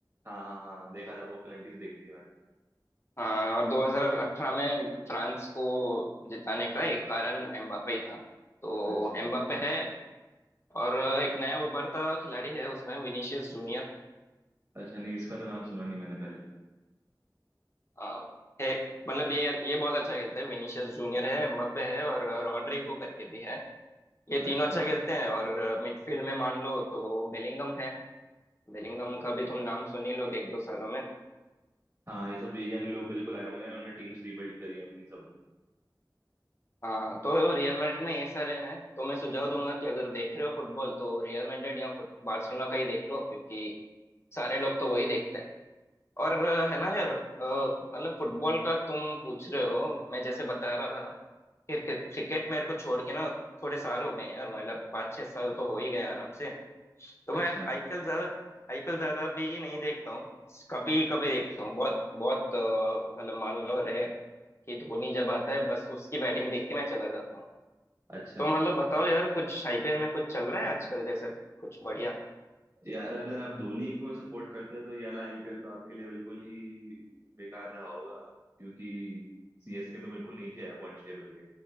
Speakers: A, on the right; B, on the left.
A: हाँ हाँ हाँ देखा था वो पेनल्टीज देखी थी मैंने
B: हाँ और 2018 में फ्रांस को जिताने का एक कारण एम्बापे ही था तो
A: अच्छा
B: एम्बापे है और एक नया उभरता खिलाड़ी है उसमें विनीशियस जूनियर
A: अच्छा नहीं इसका तो नाम सुना नहीं मैंने पहले
B: अ, है मतलब ये ये बहुत अच्छा खेलता है विनीशियस जूनियर है एम्बापे है और रॉड्रिगो करके भी है ये तीनों
A: अच्छा
B: अच्छा खेलते हैं और मिडफील्ड में मान लो तो बेलिंगम है बेलिंगम का भी तुम नाम सुन ही लोगे एक दो सालों में
A: हाँ ये सब यंग लोग बिल्कुल आए होंगे ना इन्होंने टीम्स रीबिल्ड करी है अपनी सब
B: हाँ हाँ तो रियल मैड्रिड में ये सारे हैं तो मैं सुझाव दूंगा कि अगर देख रहे हो फुटबॉल तो रियल मैड्रिड या फुट बार्सिलोना का ही देख लो क्योंकि सारे लोग तो वही देखते हैं और अ, है ना यार अ, मतलब फुटबॉल का तुम पूछ रहे हो मैं जैसे बता रहा था फिर क्रि- क्रिकेट मेरे को छोड़ के ना थोड़े साल हो गए हैं और मतलब पाँच छह साल तो हो ही गए आराम से तो
A: अच्छा
B: मैं आईपीएल ज्यादा आईपीएल ज्यादा भी नहीं देखता हूँ कभी कभी देखता हूँ बहुत बहुत अ, मतलब मान लो रेयर कि धोनी जब आता है बस उसकी बैटिंग देख के मैं चला जाता हूँ
A: अच्छा
B: तो मतलब बताओ यार कुछ आईपीएल में कुछ चल रहा है आजकल जैसे कुछ बढ़िया
A: यार अगर आप धोनी को सपोर्ट करते हो तो ये वाला आईपीएल तो आपके लिए बिल्कुल ही बेकार रहा होगा क्योंकि सीएसके तो बिल्कुल नीचे है पॉइंट्स टेबल के